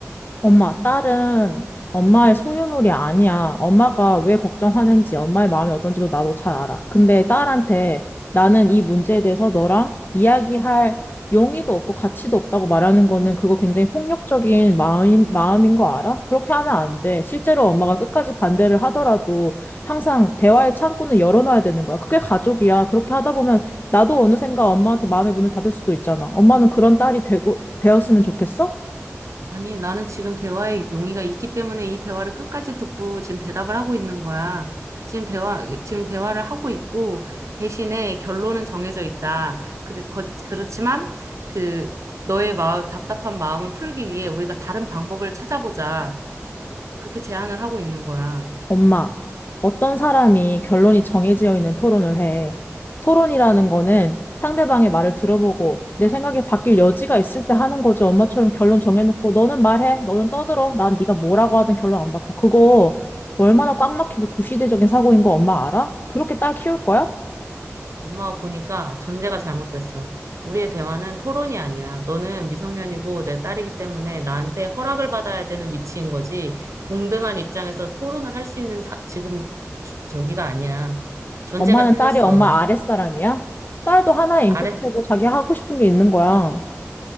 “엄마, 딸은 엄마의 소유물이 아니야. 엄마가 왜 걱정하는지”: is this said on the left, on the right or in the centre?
Left